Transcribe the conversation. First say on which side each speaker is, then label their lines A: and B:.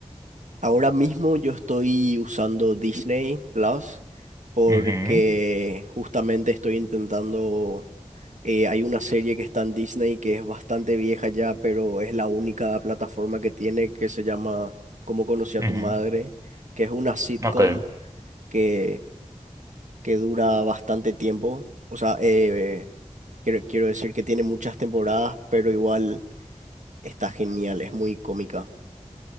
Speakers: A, on the right (about 75°); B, on the right (about 25°).
A: Ahora mismo yo estoy usando Disney Plus porque
B: Ujú,
A: justamente estoy intentando, eh, hay una serie que está en Disney que es bastante vieja ya, pero es la única plataforma que tiene que se llama Cómo conocí a
B: ujú.
A: tu madre, que es una sitcom
B: Ok,
A: que, que dura bastante tiempo. O sea, eh, quiero, quiero decir que tiene muchas temporadas, pero igual está genial, es muy cómica.